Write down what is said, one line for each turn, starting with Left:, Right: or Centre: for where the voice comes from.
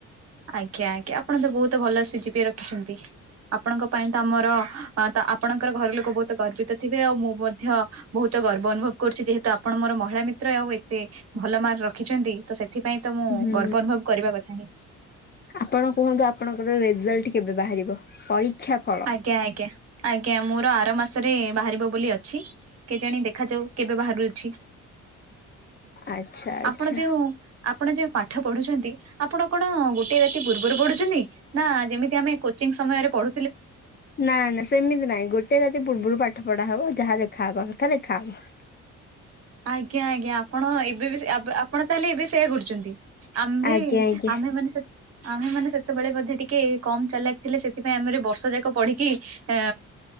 Right: ଆଜ୍ଞା ଆଜ୍ଞା ଆପଣ ତ ବହୁତ ଭଲ ସି ଜି ପି ଏ ରଖିଛନ୍ତି। ଆପଣଙ୍କ ପାଇଁ ତ ଆମର ତ ଆପଣଙ୍କର ଘର ଲୋକ ବହୁତ ଗର୍ବିତ ଥିବେ ଆଉ ମୁଁ ମଧ୍ୟ ବହୁତ ଗର୍ବ ଅନୁଭବ କରୁଛି ଯେହେତୁ ଆପଣ ମୋର ମହିଳା ମିତ୍ର ଆଉ ଏତେ ଭଲ ମାର୍କ ରଖିଛନ୍ତି ତ ସେଥିପାଇଁ ତ ମୁଁ
Left: ହୁଁ।
Right: ଗର୍ବ ଅନୁଭବ କରିବା କଥା ହିଁ।
Left: ଆପଣ କୁହନ୍ତୁ ଆପଣଙ୍କର ରେଜଲ୍ଟ କେବେ ବାହାରିବ ପରୀକ୍ଷା ଫ
Right: ଆଜ୍ଞା ଆଜ୍ଞା ଆଜ୍ଞା ମୋର ଆର ମାସରେ ବାହାରିବ ବୋଲି ଅଛି। କେଜାଣି ଦେଖାଯାଉ କେବେ ବାହାରୁଅଛି
Left: ଆଚ୍ଛା ଆଚ୍ଛା।
Right: ଆପଣ ଯୋଉ ଆପଣ ଯେଉ ପାଠ ପଢୁଛନ୍ତି ଆପଣ କଣ ଗୋଟିଏ ରାତି ପୂର୍ବରୁ ପଢୁଛନ୍ତି। ନା ଯେମିତି ଆମେ କୋଚିଂ ସମୟରେ ପଢୁ
Left: ନା ନା ସେମିତି ନାଇଁ ଗୋଟେ ରାତି ପୂର୍ବରୁ ପାଠ ପଢା ହବ ଯାହା ଲେଖା ହବା କଥା ଲେଖା ହବ।
Right: ଆଜ୍ଞା ଆଜ୍ଞା ଆପଣ ଏବେ ବି ଆପଣ ତାହେଲେ ଏବେ ସେୟା କରୁଛନ୍ତି। ଆମ୍ଭେ
Left: ଆଜ୍ଞା
Right: ବି
Left: ଆଜ୍ଞା
Right: ଆମ୍ଭେ ମାନେ ଆମ୍ଭେ ମାନେ ସେତେବେଳେ ବୋଧେ ଟିକେ କମ ଚାଲା ଥିଲେ ସେଥିପାଇଁ ଆମର ଏ ବର୍ଷ ଯାକ ପଢିକି। ଏ